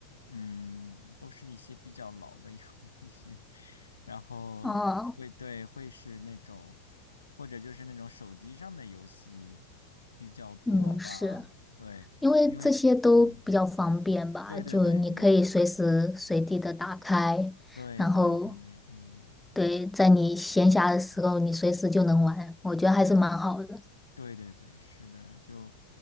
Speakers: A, on the left; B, in the centre.
A: 嗯，都是一些比较老的游 <laughs> 戏，然后会对会是那种，
B: 哦，
A: 或者就是那种手机上的游戏比较多吧，
B: 嗯，是
A: 对，
B: 因为这些都比较方便吧，
A: 因为嗯，对对对，
B: 就你可以随时随地的打开。
A: 比较对比较方便，
B: 然后
A: 嗯，
B: 对，在你闲暇的时候，你随时就能玩，我觉得还是蛮好的。
A: 对对对，是的，就